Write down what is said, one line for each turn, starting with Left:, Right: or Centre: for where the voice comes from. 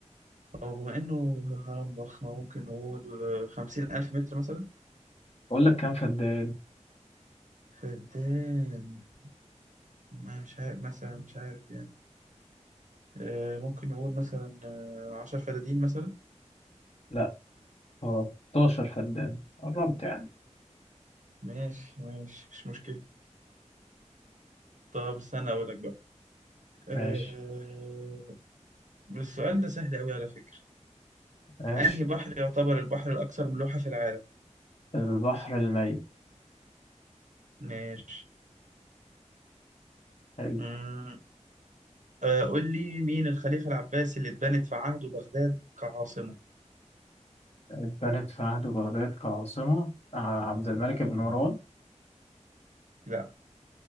Right: أو بما إنه هرم ضخم ممكن نقول خمسين ألف متر مثلا
Left: اقول لك كم فدان
Right: فدان ما مش عارف مثلا مش عارف يعني آه، ممكن نقول مثلا آه، عشر فدادين مثلا
Left: لا 13 فدان قربت يعني
Right: ماشي ماشي مش مشكلة طب استنى أقول لك بقى آه،
Left: ماشي
Right: السؤال ده سهل أوي على فكرة
Left: ماشي
Right: أنهي بحر يعتبر البحر الأكثر ملوحة في العالم
Left: البحر الميت
Right: ماشي
Left: حلو.
Right: أمم، آه، قول لي مين الخليفة العباسي اللي اتبنت في عهده بغداد كعاصمة
Left: اتبنت في عهد بغداد كعاصمة ع- عبد الملك بن
Right: أو
Left: مروان
Right: لا